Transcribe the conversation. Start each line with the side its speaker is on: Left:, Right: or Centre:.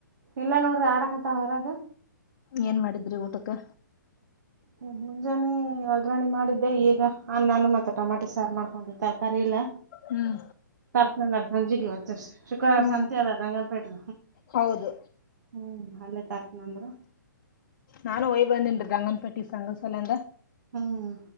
Right: ಇಲ್ಲ ನೋಡ್ರಿ ಆಡಕ್ಕಂತನ್ ಹೊರಗ
Left: ಏನು ಮಾಡಿದ್ರಿ ಊಟಕ್ಕೆ
Right: ಹ್ಮ ಮುಂಜಾನೆ ಒಗ್ಗ್ರರಣಿ ಮಾಡಿದ್ದೆ ಈಗ ಅನ್ನಾನ ಮತ್ತೆ ಟಮಾಟೆ ಸಾರು ಮಾಡ್ಕೊಂಡಿರ್ತಾರೆ ಕರಿಲ್ಲ
Left: ಹ್ಮ್
Right: ಕರ್ತ ಸಂಜಿಗೆವತ್ತಷ್ಟ ಶುಕ್ರವಾರ
Left: ಹ್ಮ್
Right: ಸಂತೆ ಅದ ರಂಗನಪೇಟೆ
Left: ಹೌದು
Right: ಹ್ಮ್ ಹಲ್ಲೇ ತಾರಕನಂದ್ರ
Left: ನಾನು ಯ್ ಬಂದೇನ್ ಗಂಗನಪೇಟಿ ಸಂಗಸಾಲಂದ
Right: ಹ್ಮ್.